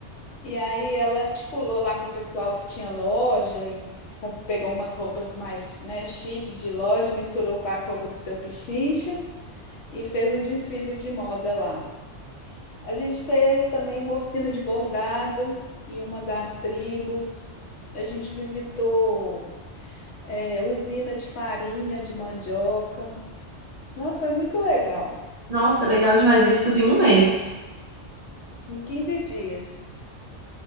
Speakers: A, on the left (about 90°); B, on the right (about 65°).
A: E aí ela articulou lá com o pessoal que tinha loja e com- pegou umas roupas mais, né, chiques de loja, misturou com as roupas do seu Pichincha e fez um desfile de moda lá. A gente fez também uma oficina de bordado e uma das tribos. A gente visitou, é, usina de farinha de mandioca. Nossa, foi muito legal.
B: Nossa, legal demais. Isso tudo em um mês.
A: Em 15 dias.